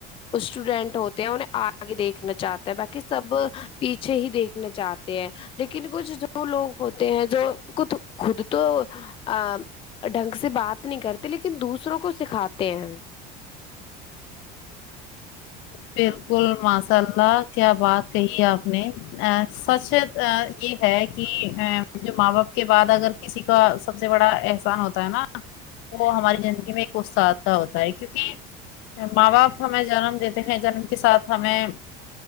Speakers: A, on the left (about 25°); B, on the left (about 70°).
A: اسٹوڈینٹ ہوتے ہیں انہیں آگے دیکھنا چاہتا ہے باقی سب پیچھے ہی دیکھنا چاہتے ہیں لیکن کچھ جو لوگ ہوتے ہیں جو کھ خود تو ا ڈھنگ سے بات نہیں کرتے لیکن دوسروں کو سکھاتے ہیں
B: بالکل ماشاء اللہ کیا بات کہی آپ نے سچ یہ ہے کہ ا جو ماں باپ کے بعد اگر کسی کا سب سے بڑا احسان ہوتا ہے نا وہ ہماری زندگی میں ستاد کا ہوتا ہے کیونکہ ماں باپ ہمیں جنم دیتے ہیں جنم کے ساتھ ہمیں